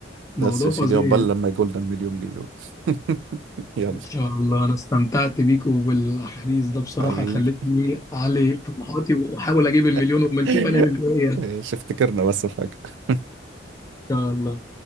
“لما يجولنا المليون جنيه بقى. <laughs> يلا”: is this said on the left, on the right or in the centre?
Right